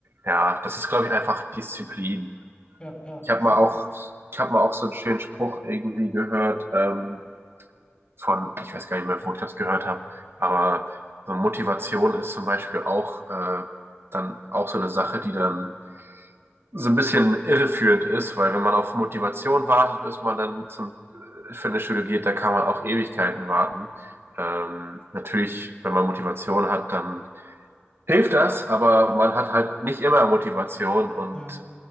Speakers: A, on the right; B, on the left.
A: ja, das ist, glaube ich, einfach Disziplin.
B: Ja, ja,
A: Ich habe mal auch, ich habe mal auch so einen schönen Spruch irgendwie gehört ähm, von, ich weiß gar nicht mehr, wo ich das gehört habe, aber so Motivation ist zum Beispiel auch äh, dann auch so eine Sache, die dann so ein bisschen irreführend ist, weil wenn man auf Motivation wartet, bis man dann zum Fitnessstudio geht, da kann man auch Ewigkeiten warten. Ähm, natürlich, wenn man Motivation hat, dann hilft das, aber man hat halt nicht immer Motivation und
B: ja.